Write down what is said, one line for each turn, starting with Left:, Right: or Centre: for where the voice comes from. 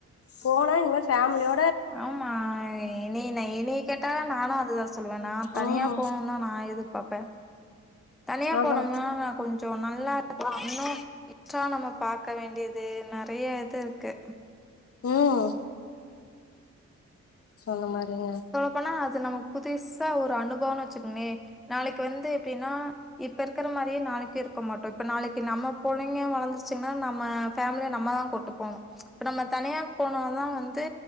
Left: போனா இனிமேல் ஃபேமிலியோ
Centre: ஆமா ஏனேன ஏனே கேட்டா நானு அதுதா சொல்லுவே நா தனியா
Left: ம்
Centre: போன்தா நா எதிர்பாப்பே தனியா
Left: அதா
Centre: போனோம்னா நா கொஞ்சோ நல்லா இருந்துக்லா இன்னு விட்டா நம்ம பாக்க வேண்டியது நெறைய இது இருக்கு
Left: உம் சொன்ன மாரிங்க
Centre: போனா அது நமக்கு புதுசா ஒரு அனுபவன் வச்சுக்கோங்ளே நாளைக்கு வந்து எப்டின்னா இப்ப இருக்கிற மாரியே நாளைக்கு இருக்க மாட்டோ இப்ப நாளைக்கு நம்ம புள்ள ங்க வளந்துச்சுங்கன்னா நம்ம ஃபேமிலியா நம்ம தா கூட்டுப்போனு இப்ப நம்ம தனியா போனாதா வந்து